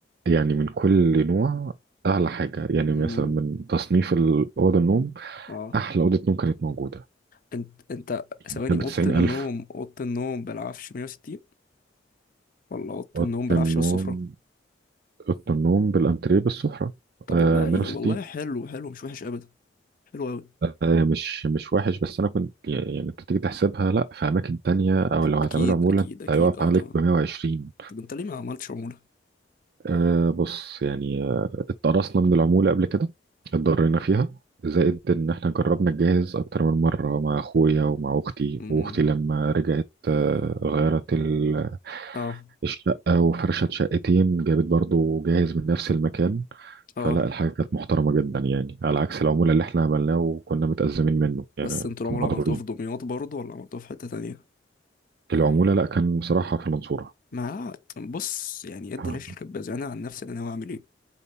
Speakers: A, on the right; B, on the left.
A: يعني من كل نوع اعلى حاجه يعني
B: أمم،
A: مثلا من تصنيف اوضه النوم
B: اه
A: احلى اوضه نوم كانت موجوده
B: أنت أنت
A: يعني
B: ثواني
A: كانت
B: أوضة
A: ب 90000
B: النوم أوضة النوم بالعفش 160 ولا أوضة
A: اوضه
B: النوم بالعفش
A: النوم
B: بالسفرة
A: اوضه النوم بالانتريه بالسفره
B: طب
A: آه
B: والله
A: 160
B: والله حلو حلو مش وحش أبدا حلو أوي
A: آه، مش مش وحش بس انا كنت يعني كنت تيجي تحسبها لا في اماكن تانية او لو هتعملوا
B: أكيد
A: عمولة
B: أكيد
A: انت
B: أكيد
A: هيقف
B: اه
A: عليك
B: طبعا
A: ب 120
B: طب أنت ليه ما عملتش عمولة؟
A: أه بص يعني آه، اتقرصنا من العمولة قبل كده اتضرينا فيها زائد ان احنا جربنا نجهز اكتر من مرة مع اخويا ومع اختي
B: أمم،
A: واختي لما رجعت آه، غيرت ال-
B: اه
A: الشقة وفرشت شقتين جابت برضو جاهز من نفس المكان
B: اه
A: فلا الحاجة كانت محترمة جدا يعني على عكس العمولة اللي احنا عملناه وكنا متأزمين منه يعني
B: بس أنتوا
A: كنا
B: العمولة
A: مضرورين
B: عملتوها في دمياط برضه ولا عملتوها في حتة تانية؟
A: العمولة لا كان بصراحة في المنصورة
B: ما بص يعني ادي
A: آه.
B: العيش لكباز انا عن نفسي انا ناوي اعمل ايه